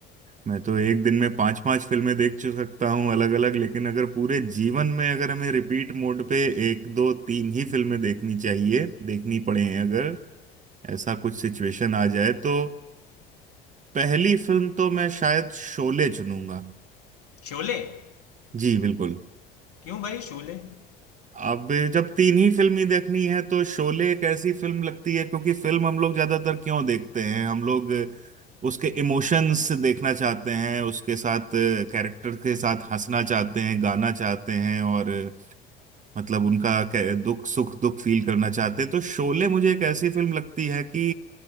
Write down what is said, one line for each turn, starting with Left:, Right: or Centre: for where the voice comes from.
Right: मैं तो एक दिन में पांच पांच फिल्में देख चु- सकता हूँ अलग अलग लेकिन अगर पूरे जीवन में अगर हमें रिपीट मोड पे एक दो तीन ही फिल्में देखनी चाहिए देखनी पड़े अगर ऐसा कुछ सिचुएशन आ जाए तो पहली फिल्म तो मैं शायद शोले चुनूंगा
Left: शोले
Right: जी बिल्कुल
Left: क्यों भाई शोले
Right: अब जब तीन ही फिल्म ही देखनी है तो शोले एक ऐसी फिल्म लगती है क्योंकि फिल्म हम लोग ज्यादातर क्यों देखते हैं हम लोग उसके इमोशंस देखना चाहते हैं उसके साथ कैरेक्टर के साथ हंसना चाहते हैं गाना चाहते हैं और मतलब उनका कै- दुख सुख दुख फील करना चाहते हैं तो शोले मुझे एक ऐसी फिल्म लगती है कि